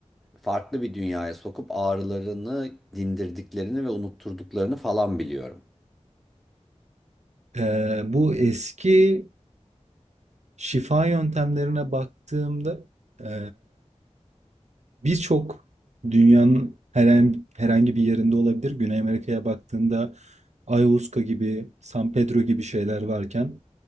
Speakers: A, in the centre; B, on the right.
A: farklı bir dünyaya sokup ağrılarını dindirdiklerini ve unutturduklarını falan biliyorum.
B: Ee, bu eski şifa yöntemlerine baktığımda e, Birçok dünyanın heren- herhangi bir yerinde olabilir. Güney Amerika'ya baktığında Ayahuasca gibi, San Pedro gibi şeyler varken